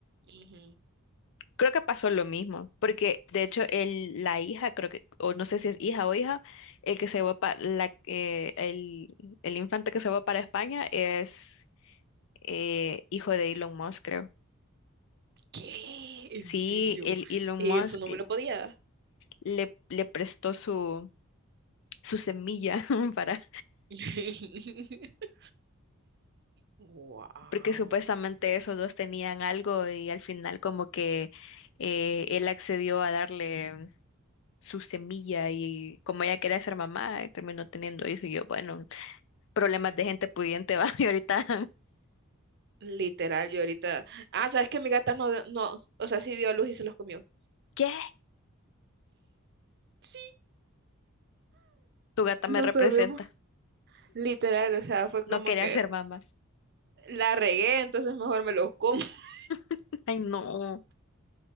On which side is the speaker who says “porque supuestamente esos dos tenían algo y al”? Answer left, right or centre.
Left